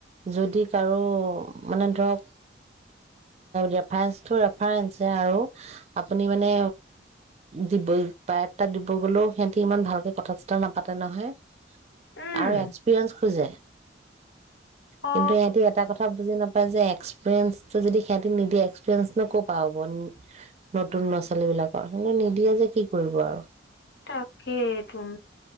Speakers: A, on the right (about 35°); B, on the left (about 65°).
A: যদি কাৰো, মানে ধৰক ৰেফাৰেন্সতো ৰেফাৰেন্সে আৰু আপুনি মানে দিব পাৰে। তাত দিব গ'লেও সিহঁতে ইমান ভাল কথা চথা নাপাতে নহয়। আৰু
B: উম
A: এক্সপিৰিয়েঞ্চ খোজে। কিন্তু
B: অ
A: ইিহঁতে এটা কথা বুজি নাপায় যে এক্স প্ৰেঞ্চটো যদি সিহঁতে নিদিয়ে, এক্সপিৰিয়েন্স ন ক'ৰ পৰা হ'ব, নতুন ল'ৰা-ছোৱালী বিলাকৰ <unintelligible> নিদিয়ে যে কি কৰিব আৰু।
B: তাকেতোন,